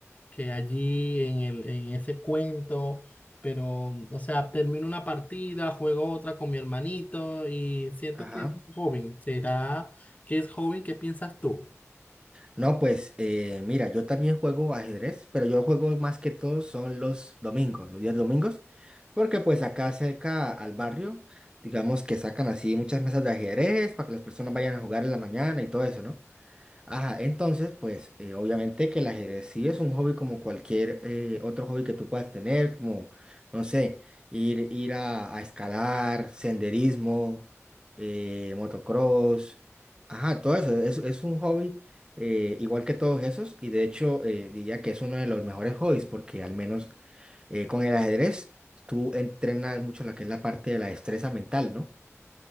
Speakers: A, on the left (about 30°); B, on the right (about 20°).
A: que allí en el, en ese cuento, pero, o sea, termino una partida, juego otra con mi hermanito y siento
B: ajá.
A: que es un hobby. ¿Será que es hobby? ¿Qué piensas tú?
B: No, pues eh, mira, yo también juego ajedrez, pero yo juego más que todo son los domingos, los días domingos, porque pues acá cerca al barrio, digamos que sacan así muchas mesas de ajedrez para que las personas vayan a jugar en la mañana y todo eso, ¿no? Ajá, entonces, pues eh, obviamente que el ajedrez sí es un hobby como cualquier eh, otro hobby que tú puedas tener, como, no sé, ir, ir a, a escalar, senderismo, eh, motocross, ajá, todo eso, es, es un hobby eh, igual que todos esos y de hecho eh, diría que es uno de los mejores hobbies porque al menos eh, con el ajedrez tú entrenas mucho la que es la parte de la destreza mental, ¿no?